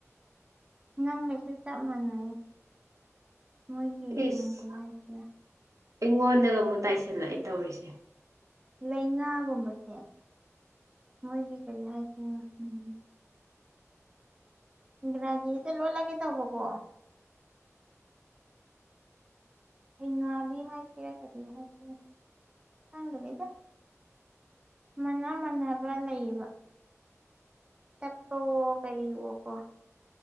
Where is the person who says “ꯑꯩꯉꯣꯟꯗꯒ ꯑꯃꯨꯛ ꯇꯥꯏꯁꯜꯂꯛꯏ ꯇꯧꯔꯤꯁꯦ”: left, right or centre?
Right